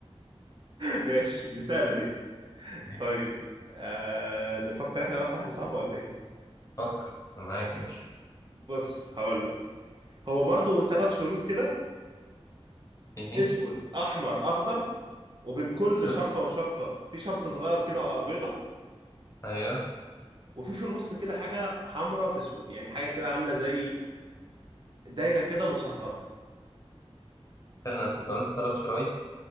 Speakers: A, on the right; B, on the left.
A: <laughs> ماشي دي سهله دي
B: <laughs> ماشي
A: طيب آه نفكر احنا بقى في واحده صعبه ولا ايه
B: فكر أنا معاك يا باشا
A: بص هقول لك هو برضو ثلاث شروط كده
B: ماشي
A: اسود احمر اخضر وبين كل
B: سو...
A: شرطه وشرطه في شرط صغير كده بيضه
B: ايوه
A: وفي في النص كده حاجه حمراء في اسود يعني حاجه كده عامله زي دايره كده مصغره
B: استنى بس انت قلت ثلاث شرايط